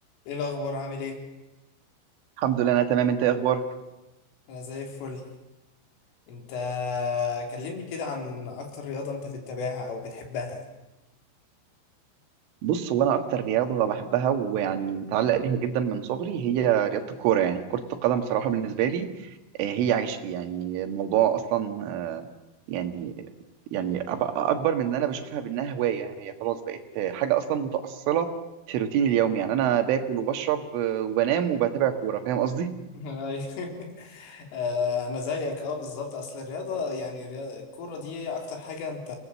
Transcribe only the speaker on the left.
ايه الاخبار عامل ايه
انا زي الفل انت كلمني كده عن اكتر رياضة انت بتتابعها او بتحبها
أي. <laughs> آه، انا زيك اه بالظبط اصل الرياضة يعني الرياضة- الكورة دي هي اكتر حاجة انت